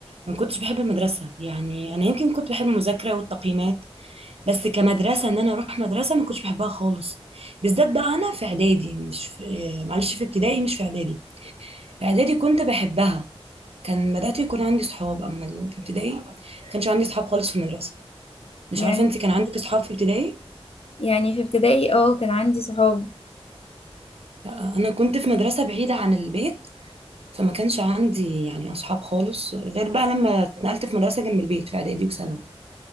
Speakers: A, on the right; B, on the left.
A: ما كنتش بحب المدرسه يعني انا يمكن كنت بحب المذاكره والتقييمات بس كمدرسه ان انا اروح مدرسه ما كنتش بحبها خالص بالذات بقى انا في اعدادي مش في اه، معلش في ابتدائي مش في اعدادي اعدادي كنت بحبها كان بدات يكون عندي صحاب اما في ابتدائي ما كانش عندي صحاب خالص في المدرسه مش
B: يعني
A: عارفه انت كان عندك صحاب في ابتدائي
B: يعني في ابتدائي اه كان عندي صحاب
A: لا، انا كنت في مدرسه بعيده عن البيت فما كانش عندي يعني اصحاب خالص غير بقى لما اتنقلت في مدرسه جنب البيت في اعدادي وثانوي